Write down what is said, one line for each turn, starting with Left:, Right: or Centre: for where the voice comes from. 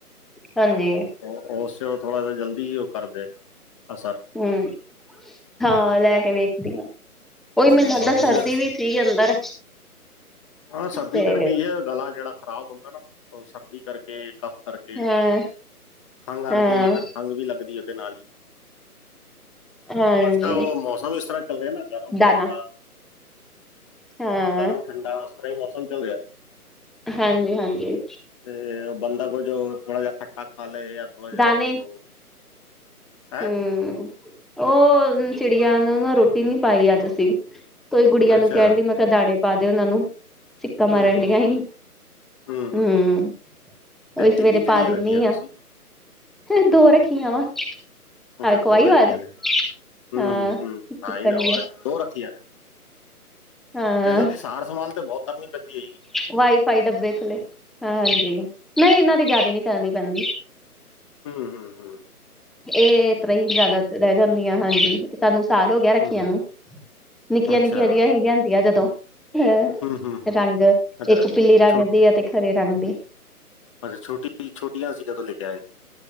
Centre: ਹਾਂਜੀ।
Left: ਉਹ ਉਸ ਵੇਲੇ ਥੋੜਾ ਜਿਹਾ ਜਲਦੀ ਹੀ ਉਹ ਕਰਦੇ। ਅਸਰ
Centre: ਹਮ ਹਾਂ
Left: ਹੂੰ
Centre: ਲੈ ਕੇ ਵੇਖਦੀਆਂ। ਉਹੀ
Left: ਹੂੰ,
Centre: ਮੈਨੂੰ ਲੱਗਦਾ
Left: ਹੋ
Centre: ਸਰਦੀ
Left: ਗਿਆ
Centre: ਵਿਚ ਹੀ ਅੰਦਰ।
Left: ਹਾਂ ਸਰਦੀ
Centre: ਤੇ
Left: ਕਰਕੇ ਹੀ ਹੈ ਗਲਾ ਜਿਹੜਾ ਖ਼ਰਾਬ ਹੁੰਦਾ ਸਰਦੀ ਕਰਕੇ। ਕੱਫ ਕਰਕੇ
Centre: ਹਾਂ
Left: ਖੰਘ ਆਉਂਦੀ
Centre: ਹਾਂ
Left: ਹੈ ਫਿਰ ਖੰਘ ਵੀ ਲੱਗਦੀ ਇਹਦੇ ਨਾਲ ਹੀ।
Centre: ਹਾਂਜੀ
Left: ਉਹ ਅੱਜ ਕਲ ਉਹ ਮੌਸਮ ਇਸ ਤਰ੍ਹਾਂ ਚੱਲ ਰਿਹਾ ਗਰਮ
Centre: ਦਾਣਾ
Left: ਠੰਡਾ।
Centre: ਹਾਂ
Left: ਗਰਮ ਠੰਡਾ ਉਸ ਤਰ੍ਹਾਂ ਮੌਸਮ ਚੱਲ ਰਿਹਾ।
Centre: ਹਾਂਜੀ ਹਾਂਜੀ
Left: ਤੇ ਬੰਦਾ ਕੁਝ ਜੋ ਥੋੜਾ ਜਿਹਾ ਖੱਟਾ ਖਾ ਲੈ ਜਾਂ ਥੋੜਾ ਜਿਹਾ
Centre: ਦਾਣੇ
Left: ਉਹ। ਹੈਂ
Centre: ਹੂੰ ਉਹ ਚਿੜੀਆਂ ਨੂੰ ਨਾ ਰੋਟੀ ਨੀ ਪਾਈ ਅੱਜ ਅਸੀਂ ਕੋਈ ਗੁੜੀਆਂ
Left: ਅੱਛਾ
Centre: ਨੂੰ ਕਹਿਣ ਡੀ ਮੈਂ। ਕੇ ਦਾਣੇ ਪਾ ਦੇ ਉਹਨਾਂ ਨੂੰ ਸਿੱਕਾਂ ਮਾਰਨ
Left: ਹੂੰ ਹੂੰ
Centre: ਦੀਆਂ
Left: ਹੂੰ
Centre: ਹੀ।
Left: ਹੂੰ ਹੂੰ।
Centre: ਹਮ
Left: ਤੇ
Centre: ਉਹੀ ਸਵੇਰੇ
Left: ਕਿੰਨੀ
Centre: ਪਾ
Left: ਚਿੜੀਆਂ
Centre: ਦਿੰਦੀ
Left: ਰੱਖੀਆਂ
Centre: ਆਂ।
Left: ਤੁਸੀਂ
Centre: ਫਿਰ ਦੋ ਰੱਖੀਆਂ ਵਾ।
Left: ਅੱਛਾ
Centre: ਆ ਖਵਾਈ
Left: ਦੋ ਹੈਗੀਆਂ
Centre: ਆਵਾਜ਼
Left: ਨੇ ਹਮ
Centre: ਹਾਂ
Left: ਹਮ ਹਮ
Centre: ਚਿਕਨ
Left: ਆਹੀ ਨਾ
Centre: ਦੀਆਂ
Left: ਆਵਾਜ ਦੋ ਰੱਖੀਆਂ ਨੇ।
Centre: ਹਾਂ
Left: ਇਹਨਾਂ ਦੀ ਸਾਰ ਸੰਭਾਲ ਤੇ ਬਹੁਤ। ਕਰਨੀ ਪੈਂਦੀ ਹੈਗੀ
Centre: ਵਾਈਫਾਈ ਡੱਬੇ ਥੱਲੇ ਹਾਂਜੀ ਨਹੀਂ ਇਹਨਾਂ ਦੀ ਜ਼ਿਆਦਾ ਨਹੀਂ ਕਰਨੀ ਪੈਂਦੀ।
Left: ਹਮ ਹਮ ਹਮ
Centre: ਇਹ ਏਸ ਤਰ੍ਹਾਂ ਹੀ ਜ਼ਿਆਦਾ ਰਹਿ ਜਾਂਦੀਆਂ ਹਾਂਜੀ ਸਾਨੂੰ ਸਾਲ ਹੋ ਗਿਆ ਰੱਖੀਆਂ
Left: ਹੂੰ
Centre: ਨੂੰ ਨਿੱਕੀਆਂ
Left: ਅੱਛਾ
Centre: ਨਿੱਕੀਆਂ ਜਿਆਂ ਹੀ ਹੁੰਦੀਆਂ ਜਦੋਂ ਹੁੰ
Left: ਹੂੰ ਹੂੰ ਹੂੰ
Centre: ਰੰਗ
Left: ਅੱਛਾ
Centre: ਇੱਕ ਪੀਲੀ ਰੰਗ
Left: ਛੋਟ
Centre: ਦੀ ਤੇ ਇੱਕ ਹਰੇ ਰੰਗ ਦੀ
Left: ਅੱਛਾ ਛੋਟੀ ਛੋਟੀਆਂ ਸੀ ਜਦੋਂ ਲੈ ਕੇ ਆਇਆ ਸੀ